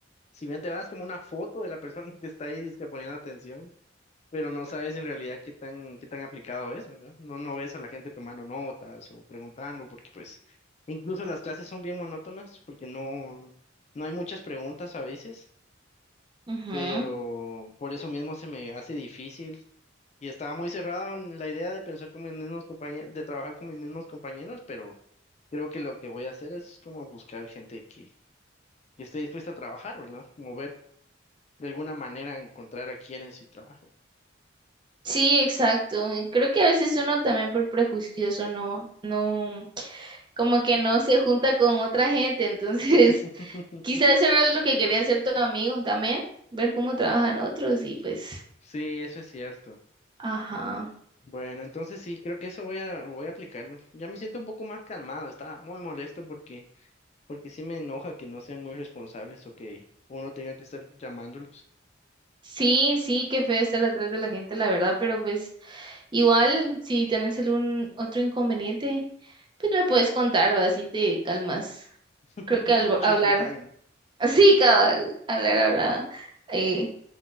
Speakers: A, on the left; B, on the right.
A: si bien te vas como una foto de la persona <laughs> que está ahí dizque poniendo atención, pero no sabes en realidad qué tan, qué tan aplicado es, ¿verdad? No, no ves a la gente tomando notas o preguntando, porque pues incluso las clases son bien monótonas, porque no, no hay muchas preguntas a veces,
B: Ujú.
A: pero por eso mismo se me hace difícil. Y estaba muy cerrado en la idea de pensar con mis mismos compañeros, de trabajar con mis mismos compañeros, pero creo que lo que voy a hacer es como buscar gente que, que esté dispuesta a trabajar, ¿verdad? Como ver de alguna manera encontrar a quienes sí trabajan.
B: Sí, exacto. y Creo que a veces uno también por prejuicioso no, no, como que no se junta con otra gente. Entonces,
A: <laughs>
B: <laughs> quizás eso era lo que quería hacer tu amigo también, ver cómo trabajan otros y pues,
A: Sí, eso es cierto.
B: ajá.
A: Bueno, entonces sí, creo que eso voy a voy a aplicarlo. Ya me siento un poco más calmado, estaba muy molesto porque porque sí me enoja que no sean muy responsables o que uno tenga que estar llamándolos.
B: Sí, sí, qué feo estar atrás de la gente, la verdad, pero pues igual si tenés algún otro inconveniente, pues me puedes contar, ¿va? así te calmas.
A: <laughs>
B: Creo que al
A: Chisme
B: hablar,
A: time.
B: <laughs> sí, cabal, hablar, hablar, eh,